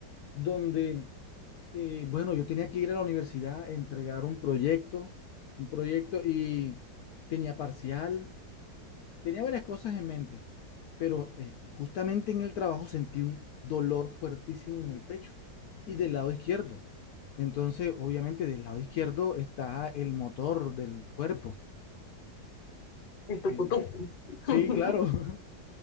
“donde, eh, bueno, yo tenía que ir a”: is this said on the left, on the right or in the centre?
Left